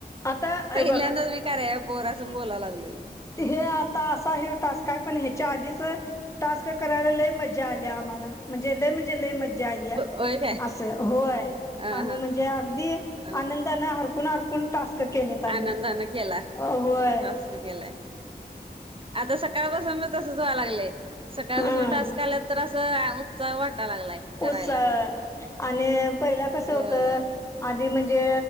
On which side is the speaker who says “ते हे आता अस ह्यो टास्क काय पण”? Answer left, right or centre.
Left